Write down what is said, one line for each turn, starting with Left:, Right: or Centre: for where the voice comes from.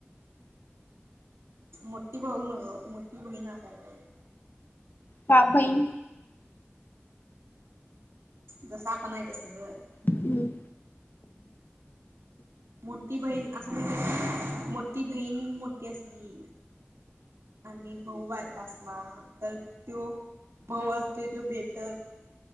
Right: मोठी भाऊ नाय, मोठी बहीण असाय पाहिजे.
Left: सात बहिन
Right: जसा आपण तस गं.
Left: हम्म
Right: मोठी बहीण असं म्हणतात की, मोठी बहीण मोठी असली आणि भाऊ बारका असला, तर तो भाऊ असते तो बेटर.